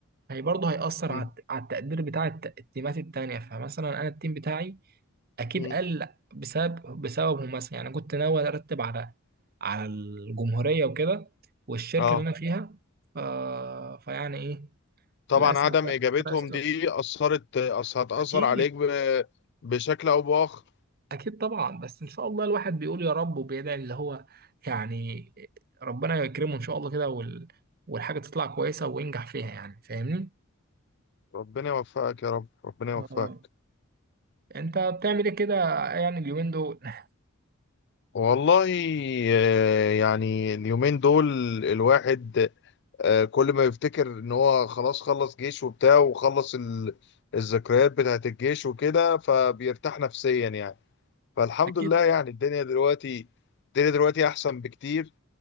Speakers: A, on the right; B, on the left.
A: هي برضه هيأثر
B: مم.
A: على الت- على التقدير بتاع الت- التيمات التانية فمثلا انا التيم بتاعي اكيد
B: مم.
A: قل بسبب بسببهم مثلا يعني كنت ناوي ارتب على على الجمهوريه وكده والشركه
B: اه
A: اللي انا فيها ف... فيعني ايه
B: طبعا
A: للاسف
B: عدم
A: بقى
B: اجابتهم
A: ربنا يستر
B: دي اثرت أص- هتاثر
A: اكيد
B: عليك ب- بشكل او باخر
A: أكيد طبعا بس إن شاء الله الواحد بيقول يا رب وبيدعي اللي هو يعني ربنا يكرمه إن شاء الله كده وال... والحاجة تطلع كويسة وينجح فيها يعني فاهمني؟
B: ربنا يوفقك يا رب ربنا يوفقك
A: يا رب أنت بتعمل إيه كده يعني اليومين دول؟ <laughs>
B: والله آه، يعني اليومين دول الواحد آه، كل ما يفتكر ان هو خلاص خلص جيش وبتاع وخلص ال- الذكريات بتاعت الجيش وكده فبيرتاح نفسيا يعني فالحمد
A: أكيد
B: لله يعني الدنيا دلوقتي الدنيا دلوقتي احسن بكتير